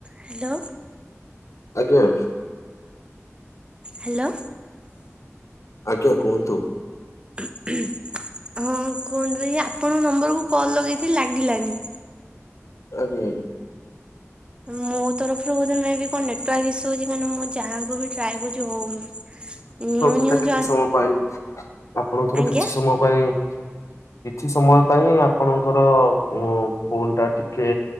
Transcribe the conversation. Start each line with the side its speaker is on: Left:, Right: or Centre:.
Right: ହ୍ୟାଲୋ
Left: ଆଜ୍ଞା।
Right: ହ୍ୟାଲୋ
Left: ଆଜ୍ଞା କୁହନ୍ତୁ।
Right: ହୁଁ ହଁ କୁହନ୍ତୁ ଏଇ ଆପଣଙ୍କ ନମ୍ବରକୁୁ କଲ ଲଗେଇଥିଲି ଲାଗିଲାନି।
Left: ଆଜ୍ଞା ଆଜ୍ଞା।
Right: ମୋ ତରଫରୁ ବୋଧେ ମେ ଵି କଣ ନେଟୱର୍କ ଇସୁ ହଉଛି କଣ ମୁଁ ଯାହାଙ୍କୁ ବି ଟ୍ରାଏ କରୁଛି ହଉନି। ନିଉ
Left: ହ ସେଟା
Right: ନିଉ
Left: କିଛି
Right: ଜ
Left: ସମୟ ପାଇ ଆପଣଙ୍କର
Right: ଆଜ୍ଞା।
Left: କିଛି ସମୟ ପାଇଁ କିଛି ସମୟ ପାଇଁ ଆପଣଙ୍କର ଉ-ଉ-ଉ ଫୋନ୍ ଟା ଟିକେ